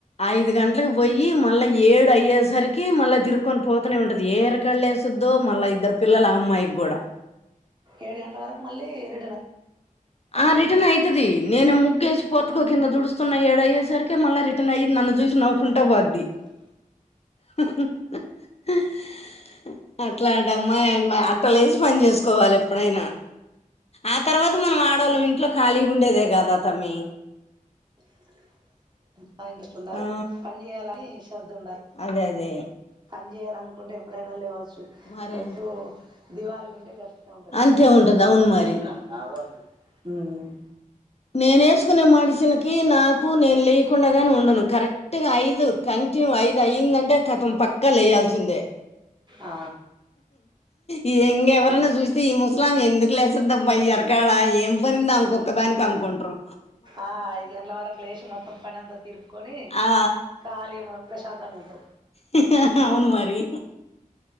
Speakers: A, on the left; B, on the right.
A: ఐదు గంటలకు పోయి మళ్ళీ ఏడు అయ్యేసరికి మళ్ళా తిరుకొని పో త్తనే ఉంటది ఎరకలేేస్తుద్దో మళ్ళా ఇద్దరు పిల్లల అమ్మాయికి కూడా
B: ఏడు గంటల వరకు మళ్ళీ రిటర్న్ అయితది
A: ఆ రిటర్న్ అయితది నేన ము ముగ్గేష్ పటుకు కింద దుడుస్తున్న ఏడయేసరికకి మళ్ళీ రిటర్న్య్యి ను చూసి నవ్వుకుంటా పోద్ధి
B: <inaudible>
A: హ్హ్హ్ హ్ అట్లాంటమ్మాయ్ అమ్మయి అట్ట లేచి పని చేసుకోవాలి ఎప్పుడైనా ఆ తర్వాత మనం ఆడవాళ్ళం ఇంట్లో ఖాళీగా ఉండేదే కాదా తమ్మి
B: <inaudible> బా ఇంట్రెస్ట్ ఉండాలి
A: ఆ
B: పని చేయాలని శ్రద్ద ఉండాలి
A: అదే అదే
B: పని చేయాల కుంటే ఎప్పుడైనా లేవచ్చు.
A: మరే
B: రేపు దివాళిగా ఉంటే గట్ ఉంటది
A: అంతే ఉంటది అవును
B: వచ్చినా
A: మరి
B: మావో ఉమ్
A: నేను వేసుకునే మనిషిలకి, నాకు నేను లేయకుండాగానే ఉండను కరెక్ట్ గా ఐదు కానీ కంటిన్యూ ఐదు అయిందంటే కతం పక్క లేయాల్సిందే.
B: ఆ
A: ఇది ఎంగ ఎవరైనా
B: అవును
A: చూస్తే ఈ ముస్లాంఆమె ఎందుకు లేస్తబ్బా ఎరకాడా ఏం పనింది అంకొక్కదానికి కనుకుంట్రు
B: ఆ ఐది గంటల వరకు లేచి మొత్తం పనంత తీర్పు కొని
A: ఆ
B: ఖళీన ప్రశాంతంగా ఉంటావు
A: హిహ్హ్ అవును మరి